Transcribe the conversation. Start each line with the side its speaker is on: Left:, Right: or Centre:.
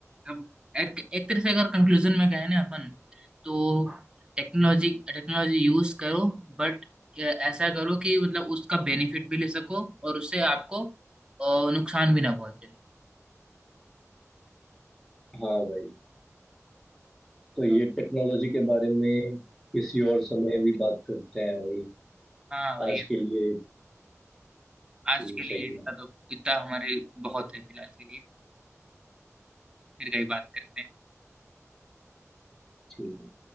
Right: हम एक एक तरह से अगर कंक्लूजन में कहें ना अपन तो टेक्नोलॉजी टेक्नोलॉजी यूज करो बट ऐसा करो कि मतलब उसका बेनिफिट भी ले सको और उससे आपको अ, नुकसान भी ना पहुंचे
Centre: हाँ भाई तो ये
Right: हाँ
Centre: टेक्नोलॉजी के बारे में किसी और समय भी बात करते हैं भाई
Right: हाँ भाई
Centre: आज के लिए
Right: आज
Centre: सही
Right: के लिए
Centre: सही
Right: इतना
Centre: है
Right: तो इतना हमारे बहुत है फिलहाल के लिए फिर कहीं बात करते हैं
Centre: ठीक